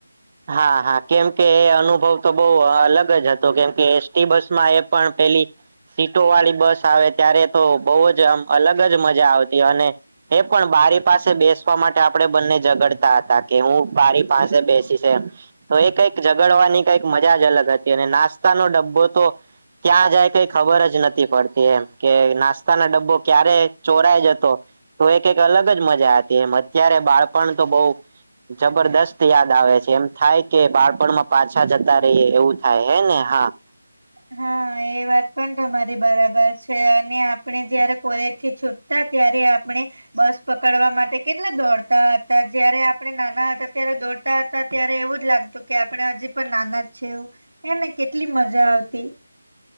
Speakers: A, on the right; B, on the right.
A: હા હા કેમકે એ અનુભવ તો બહ અલગ જ હતો કેમકે એસટી બસ માં એ પણ પેલી- સીટો વાળી બસ આવે ત્યારે તો બહ જ આમ અલગ જ મજા આવતી અને- એ પણ બારી પાસે બેસવા માટે આપણેે બંને ઝગડતા હતા કે હું બારી પાસે બેસી- તો એ કઈક ઝગડવાની કઈક મજા જ અલગ હતી અને નાસ્તાનો ડબ્બો તો- ત્યાં જાય કઈ ખબર જ નથી પડતી એમ કે નાસ્તાના ડબ્બો ક્યારે- ચોરાય જ હતો- તો એક એક અલગ જ મજા હતી એમ અત્યારે બાળપણ તો બઉ જબરદસ્ત યાદ આવે છે. જેમ થાય કે બાળપણમાં પાછા જતા રહીએ એવું થાય હે ને <unintelligible>
B: <inaudible> એ વાત પણ તમારી બરાબર છે અને આપણે જયારે કોલેજ થી છૂટતા ત્યારે આપણે- બસ પકડવા માટે કેટલા દોડતા હતા જયારે આપણે નાના હતા ત્યારે દોડતા હતા- ત્યારે એવું જ લાગતું કે આપડણે હજી પણ નાના જ છે એ એને કેટલી મજા આવતી- <inaudible>